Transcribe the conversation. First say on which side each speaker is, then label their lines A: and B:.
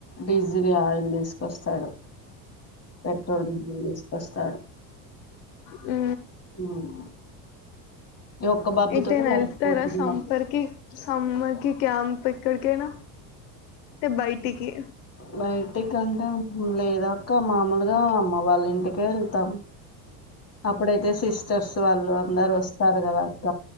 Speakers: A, on the left; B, on the left.
A: డీజిల్ ఆయిల్ తీసుకొస్తాడు ప పెట్రోల్ డీజల్ వసు కస్తడు
B: హ
A: ఉమ్. ఈ ఒక్క బాబుతోటి
B: ఇతేేనా
A: సరిపోతుంది
B: వెళ్తార సమ్మర్కి
A: మాకు
B: సమ్మర్ క్యాంప్ త ఇక్కడకైన స బైటికి
A: బయటికి అంటే లే <unintelligible> ఇంకా మామూలుగా అమ్మ వాళ్ళ ఇంటికి వెళ్తాం అప్పుడైతే సిస్టర్స్ వాళ్ళు అందరు వస్తారు కదాక్క